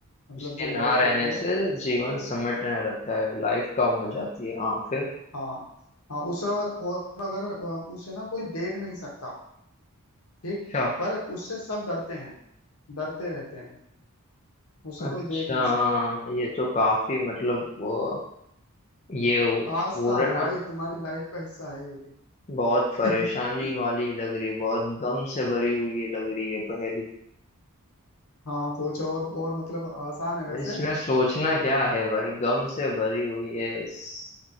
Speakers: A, on the left; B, on the left.
A: मतलब
B: उसके
A: जो लाइफ
B: ना रहने
A: होती है
B: से जीवन समेटने रहता है लाइफ कम हो जाती है हाँ फिर
A: हाँ हाँ उसे और, और अगर अ, उसे ना कोई देख नहीं सकता ठीक
B: अच्छा
A: पर उससे सब डरते हैं डरते रहते हैं उसे
B: अच्छा
A: कोई देख नहीं सकता
B: ये तो काफी मतलब वो, ये वो
A: आसान
B: रहा ना
A: है भाई तुम्हारी लाइफ का हिस्सा है ये
B: बहुत परेशानी
A: <laughs>
B: वाली लग रही है बहुत गम से भरी हुई ये लग रही है पहेली।
A: हाँ पूछो और और मतलब आसान है वैसे
B: इसमें सोचना क्या है भाई गम से भरी हुई है इस-